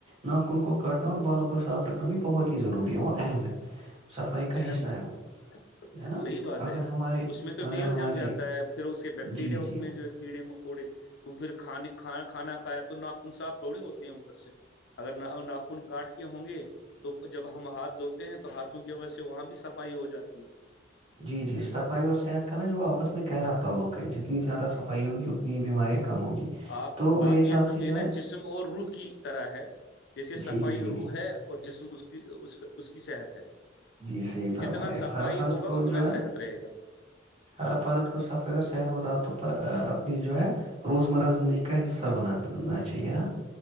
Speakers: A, on the right; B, on the left.
A: ناخن کو کاٹنا اور بالوں کو صاف رکھنا بھی بہت ہی ضروری ہے وہ اہم ہے صفائی کا
B: اہم
A: حصہ
B: ہے
A: وہ ہے نا
B: صحیح بات
A: اگر
B: ہے
A: ہمارے
B: اس میں تو میل
A: اگر ہمارے
B: جم جاتا ہے پھر اس کے بیکٹیریا
A: جی جی
B: اس میں جو ہے کیڑے مکوڑے وہ پھر کھانے ھ کھانا کھایا تو ناخن صاح تھوڑی ہوتے ہیں اوپر سے اگر ناخن کاٹ کے ہوں گے تو جب ہم ہاتھ دھوتے ہیں تو ہاتھوں سے وجہ سے وہاں بھی صفائی ہو جاتی ہے
A: جی جی صفائی اور صحت کا نا جو آپس میں گہرا تعلق ہے جتنی زیادہ صفائی ہوگی اتنی بیماریاں کم ہوگی
B: آپ
A: تو میرے
B: آپ
A: حساب
B: یہ سمجھے
A: سے جو
B: نا
A: ہے
B: جسم اور روح کی طرح ہے جیسے صفائی
A: جی جی جی
B: روح ہے اور جسم اس کی اس اس کی صحت ہے
A: جی صحیح فرما
B: جتنا
A: رہے ہیں
B: صفائی
A: اب ہر فرد
B: ہوگا
A: کو
B: اتنا
A: جو ہے
B: صحت رہے گا
A: ہر فرد کو صفائی اور صحت منداتوں پر اپنے جو ہے روزمرہ زندگی کا حصہ بنا چاہیے نا